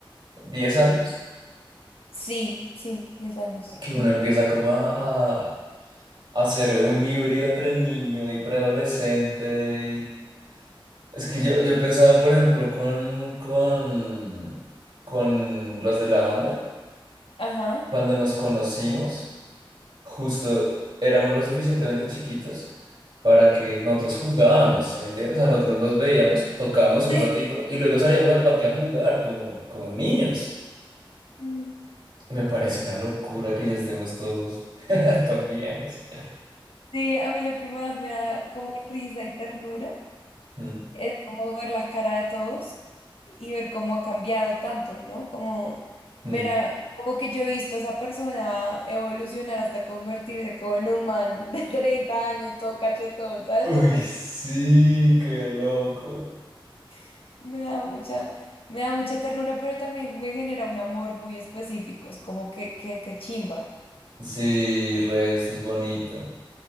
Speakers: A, on the right (about 60°); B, on the left (about 90°).
A: 10 años,
B: sí, sí, 10 años.
A: que
B: Ujú.
A: uno empieza como a, a hacer un híbrido entre niño y preadolescente. y- Es que yo, yo pensaba, por ejemplo, con, con, con los de la banda,
B: Ajá.
A: cuando nos conocimos. justo éramos lo suficientemente chiquitos para que nosotros jugábamos, ¿sí me entiendes? O sea, nosotros nos veíamos, tocábamos un
B: <laughs>
A: ratico y luego salíamos al parque a jugar como, como niños.
B: Sí.
A: Me parece una locura que ya estemos todos, <laughs> todos viejos.
B: Sí, a mí lo que más me da como risa y ternura
A: Mm,
B: es como ver las caras de todos y ver cómo ha cambiado tanto, ¿no? Como
A: mm.
B: ver a, como que yo he visto a esa persona evolucionar hasta convertirse como en un man de 30 años, todo cachetón, ¿sabes?
A: Uy,
B: Como que
A: sí, qué loco.
B: <laughs> me da mucha, me da mucha ternura, pero también me genera un amor muy específico, es como que, que, que chimba.
A: Sí, re, esto es bonito.